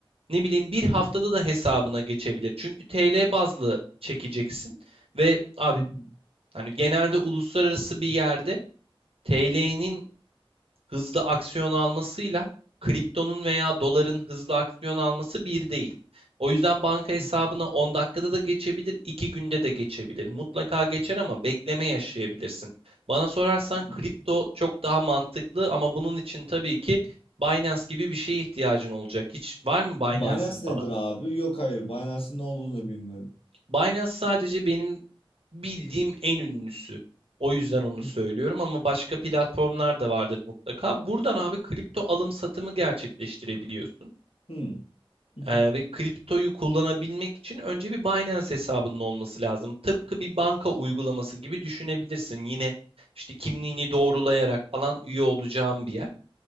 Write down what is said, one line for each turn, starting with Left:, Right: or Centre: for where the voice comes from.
Right: Ne bileyim bir
Left: aha,
Right: haftada da hesabına geçebilir. Çünkü TL bazlı çekeceksin ve abi
Left: hı, hı,
Right: hani genelde uluslararası bir yerde TL'nin hızlı aksiyon almasıyla kriptonun veya doların hızlı aksiyon alması bir değil. O yüzden banka hesabına
Left: aha,
Right: 10 dakikada da geçebilir, 2 günde de geçebilir. Mutlaka geçer ama bekleme yaşayabilirsin. Bana sorarsan
Left: hı.
Right: kripto çok daha mantıklı ama bunun için tabii ki Binance gibi bir şeye ihtiyacın olacak. Hiç var mı Binance'in
Left: Binance
Right: falan?
Left: nedir abi? Yok hayır. Binance'ın ne olduğunu da bilmiyorum.
Right: Binance sadece benim bildiğim en ünlüsü. O yüzden onu
Left: Hı,
Right: söylüyorum ama başka platformlar da vardır mutlaka. Buradan abi kripto alım satımı gerçekleştirebiliyorsun.
Left: Hmm. hı, hı,
Right: Ee, ve kriptoyu kullanabilmek için önce bir Binance hesabının olması lazım. Tıpkı bir banka uygulaması gibi düşünebilirsin. Yine işte kimliğini doğrulayarak falan üye olacağın bir yer.